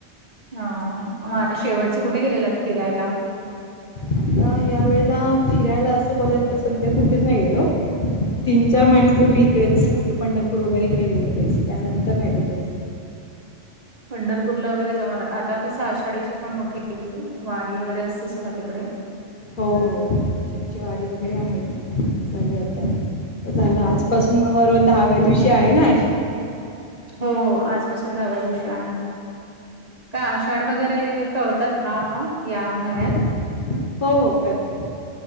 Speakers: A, on the right; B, on the left.
A: ह मग आता शेवटचें कुठे गेलेलंत फिरायला?
B: आता या वेळेला फिरायला असं बोलाय तर सध्या कुठेच नाही गेलो. तीन चार महिन्यापुर्वी इकडेच आपले पंढरपूर वगैरे इकडे गेले होतेच त्यानंतर नाही कुठेच.
A: पंढरपूरला वगैरे जाऊन आता कसं आषाढीचे पण मोठे वारी वगैरे असत का तिकडे.
B: हो आषाढीची वारी वगैरे आहे सगळत. झालं आजपसुन मग रोज दहाव्या दिवशी आहे ना
A: हो हो आजपासुन दहिव्या दिवशी आहे. काय आषाढ वगैरे तळतात ना आता या महिन्यात.
B: हो हो हो करतात.